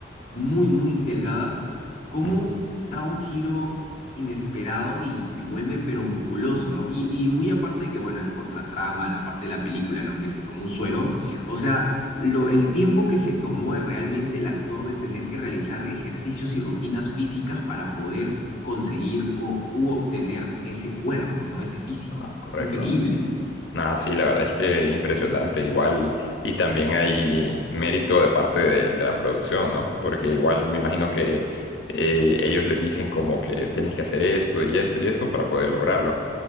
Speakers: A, on the left; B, on the left.
A: muy, muy delgada, cómo
B: Mm,
A: da un giro inesperado y se vuelve pero musculoso, ¿no? Y, y muy aparte de que, bueno, es por la trama, la parte de la película, ¿no? Que se tomó un suero. O sea, lo, el tiempo que se tomó es realmente el actor de tener que realizar ejercicios y rutinas físicas para poder conseguir o u obtener ese cuerpo, ¿no? Ese físico.
B: ah, correcto.
A: Es increíble.
B: Nada, sí, la verdad es que impresionante, igual, y también hay mérito de parte de, de la producción, ¿no? Porque igual me imagino que eh, ellos les dicen como que tienes que hacer esto y esto y esto para poder lograrlo.